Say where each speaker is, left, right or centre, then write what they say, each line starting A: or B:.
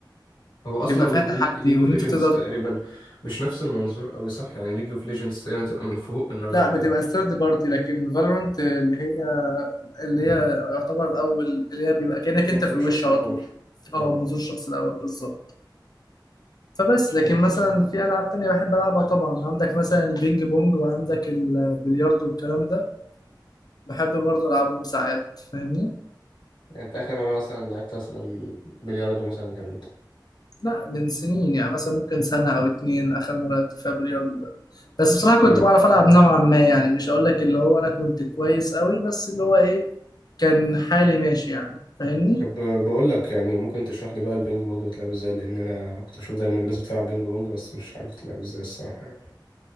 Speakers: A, on the left; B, on the left.
A: هو اصلا
B: بيبقى فيها تحدي
A: ليج اوف
B: وإن
A: ليجندز
B: أنت تقدر
A: تقريبا مش نفس المنظور قوي صح يعني ليج اوف ليجندز تقريبا تبقى من فوق انما
B: لا
A: ال-
B: بتبقى ثيرد بارتي لكن فالورانت اللي هي اللي هي يعتبر أول اللي هي بيبقى كأنك
A: المنظور
B: أنت في الوش
A: الشخص الاول
B: على طول أه
A: اه
B: منظور الشخص الأول بالظبط فبس لكن
A: ايوه
B: مثلا في ألعاب تانية بحب ألعبها طبعا عندك مثلا البينج بونج وعندك البلياردو والكلام ده بحب برضه ألعبهم ساعات فاهمني
A: يعني أنت اخر مره مثلا لعبت مثلا بلياردو مثلا كان انت
B: لا من سنين يعني مثلا ممكن سنة أو اتنين آخر مرة لعبت فيها بلياردو ده بس بصراحة
A: امم
B: كنت بعرف ألعب نوعا ما يعني مش هقول لك اللي هو أنا كنت كويس أوي بس اللي هو إيه كان حالي ماشي يعني فاهمني؟
A: طب بقول لك يعني ممكن تشرح لي بقى البينج بونج بتلعب ازاي لان انا كنت اشوف دايما الناس بتلعب بينج بونج بس مش عارف تلعب ازاي الصراحه يعني